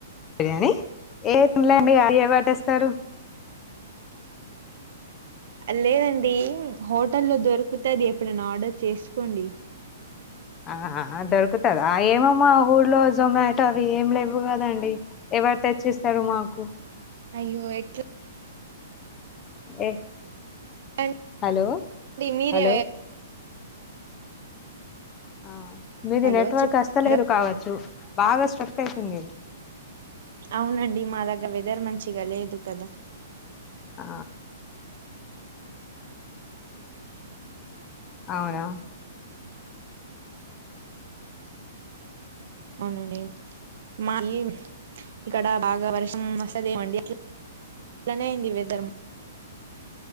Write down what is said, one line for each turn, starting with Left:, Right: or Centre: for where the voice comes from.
Left: బిర్యానీ ఏ తినలేండి ఏ ఇగ పడేస్తారు
Right: లేదండి హోటలో దొరకతాది ఎప్పుడైనా ఆర్డర్ చేసుకోండి
Left: ఆ హా దొరుకుతాద ఏమోమ్ మా ఊర్లో జొమాటో అవి ఏమి లేవు కదండి ఎవరు తెచ్చిస్తారు మాకు
Right: అయ్యో ఎట్లా
Left: ఏ
Right: <unintelligible>
Left: హలో
Right: మీరే
Left: హలో ఆ మీది
Right: హలో
Left: నెట్వర్క్
Right: చెప్
Left: వస్తలేదు
Right: హలో
Left: కావచ్చు బాగా స్ట్రక్ అయితుంది
Right: అవును అండి ద వెదర్ మంచిగా లేదు కదా
Left: ఆ అవునా
Right: అవునండి మా ఈ ఇక్కడ బాగా వర్షం వస్తదోమండి అట్లా అలనైంది వెదర్